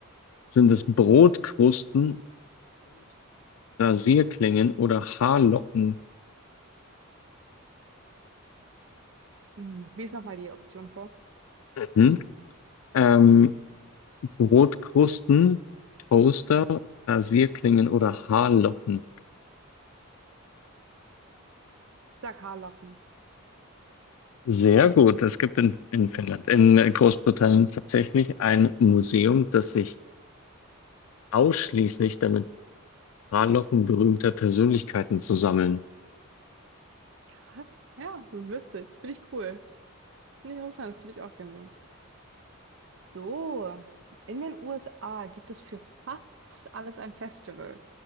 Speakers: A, on the left; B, on the right.
A: Sind es Brotkrusten, Rasierklingen oder Haarlocken?
B: Hm, Lies nochmal die Option vor.
A: Mhm. Ähm, Brotkrusten, Toaster, Rasierklingen oder Haarlocken?
B: Ich sag Haarlocken.
A: Sehr gut. Es gibt in, in Finnland, in Großbritannien tatsächlich ein Museum, das sich ausschließlich damit Haarlocken berühmter Persönlichkeiten zu sammeln.
B: Krass. Ja, das ist witzig. Finde ich cool. Finde ich interessant. Das würde ich auch gerne sehen. So, in den USA gibt es für fast alles ein Festival.